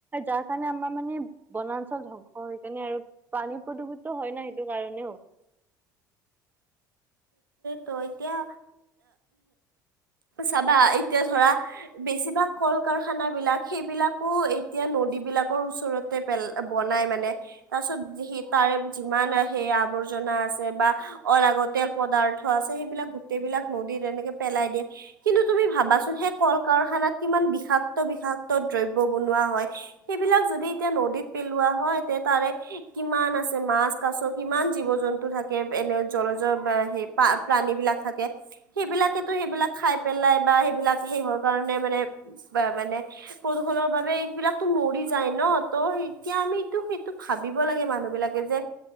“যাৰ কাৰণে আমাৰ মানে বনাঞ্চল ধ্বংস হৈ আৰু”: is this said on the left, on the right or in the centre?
Right